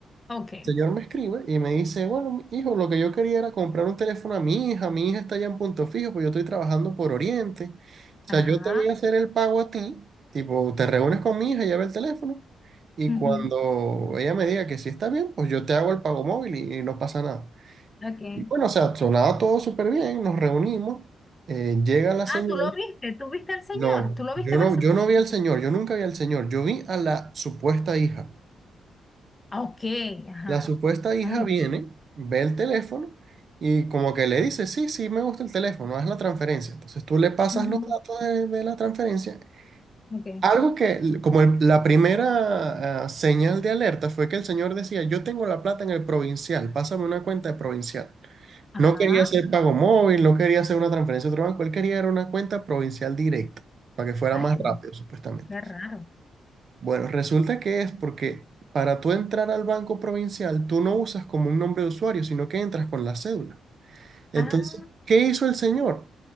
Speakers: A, on the left (about 20°); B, on the right (about 45°).
A: ok.
B: El señor me escribe y me dice, bueno, hijo, lo que yo quería era comprar un teléfono a mi hija, mi hija está allá en Punto Fijo, pues yo estoy trabajando por Oriente. O
A: Ajá.
B: sea, yo te voy a hacer el pago a ti, tipo, te reúnes con mi hija, lleva el teléfono, y
A: ujú,
B: cuando ella me diga que sí está bien, pues yo te hago el pago móvil y, y no pasa nada.
A: Ok.
B: Y bueno, o sea, sonaba todo súper bien, nos reunimos, eh, llega la
A: Ah,
B: señora.
A: tú lo viste, tú viste al señor,
B: No,
A: tú lo
B: yo
A: viste personalmente.
B: no, yo no vi al señor, yo nunca vi al señor, yo vi a la supuesta hija.
A: Ah, ok, ajá.
B: La supuesta hija
A: Ay,
B: viene, ve el teléfono y como que le dice, sí, sí, me gusta el teléfono, haz la transferencia. Entonces tú le pasas
A: ujú,
B: los datos de, de la transferencia.
A: ok.
B: Algo que, como el- la primera ah, señal de alerta fue que el señor decía, yo tengo la plata en el provincial, pásame una cuenta de provincial.
A: Ajá.
B: No quería hacer pago móvil, no quería hacer una transferencia a otro banco, él quería era una cuenta provincial directa, para que fuera
A: Ay,
B: más rápido, supuestamente.
A: qué raro.
B: Bueno, resulta que es porque para tú entrar al banco provincial, tú no usas como un nombre de usuario, sino que entras con la cédula. Entonces,
A: Ah,
B: ¿qué hizo el señor?